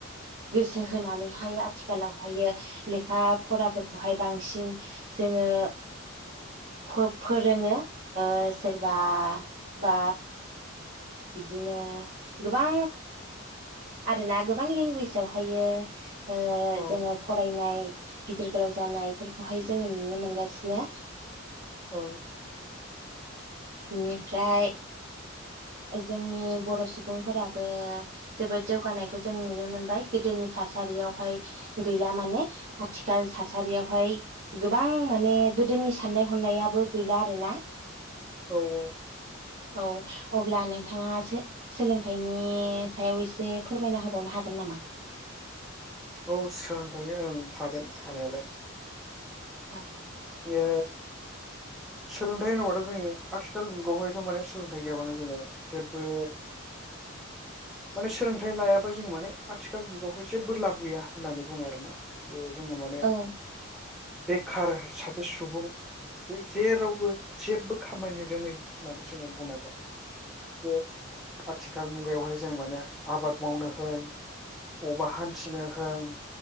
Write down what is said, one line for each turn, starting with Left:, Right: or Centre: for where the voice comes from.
Right: गोसो होनानैहाय आथिखालावहायो लेखा फराफोरखौहाय बांसिन जोङो फ फोरोङो सोरबा बा बिदिनो गोबां आरोना गोबां लेंगुवेजावहायो ओ
Centre: ओं
Right: जोङो फरायनाय गिदिर गोलाव जानायफोरखौहाय जोङो नुनो मोनगासिनो
Centre: औ
Right: बोनिफ्राय जोंनि बर' सुबुंफोराबो जोबोद जौगानायखौ जों नुनो मोनबाय गोदोनि थासारियावहाय गैला माने आथिखाल थासारियावहाय गोबां माने गोदोनि साननाय हनायाबो गैला आरोना।
Centre: औ औ
Right: औ अब्ला नोंथाङा सो--सोलोंथाइनि सायाव एसे फोरमायना होबावनो हागोन नामा?
Centre: औ सोंथायो ओं हागोन हानायालाय
Right: औ
Centre: ओ सोलोंथाइ होनोबाथ' जोंनि आथिखाल जुगावहायथ' माने सोलोंथाइ गैयाबानो जोङो जेबबो माने सोलोंथाइ लायाबा जों माने आथिखाल जुगावहाय जेबबो लाब गैया होननानै बुङो आरोना जोङो माने
Right: औ
Centre: बेखार सा से सुबुं जे जेरावबो जेबबो खामानि रोङै नानसै बुंनांगोन यो आथि गाल मुगायावहाय जों माने आबाद मावनो होन अबा हान्थिनो होन